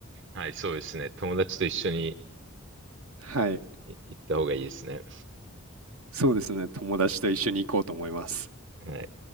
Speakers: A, on the right; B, on the right.
A: はい、そうですね。友達と一緒に
B: はい。
A: 行った方がいいですね。
B: そうですね。友達と一緒に行こうと思います。
A: はい。